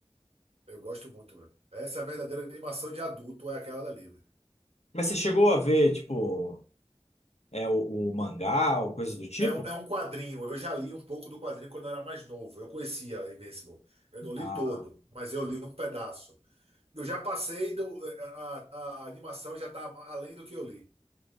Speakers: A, on the right (about 65°); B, on the left (about 80°).
A: Eu gosto muito, velho. Essa é a verdadeira animação de adulto, é aquela dali, velho.
B: Mas você chegou a ver, tipo, é o, o mangá ou coisa do tipo?
A: É um, é um quadrinho. Eu já li um pouco do quadrinho quando eu era mais novo. Eu conhecia Invincible. Eu não li
B: Ah.
A: todo, mas eu li um pedaço. Eu já passei do, é, a, a- a animação já está além do que eu li.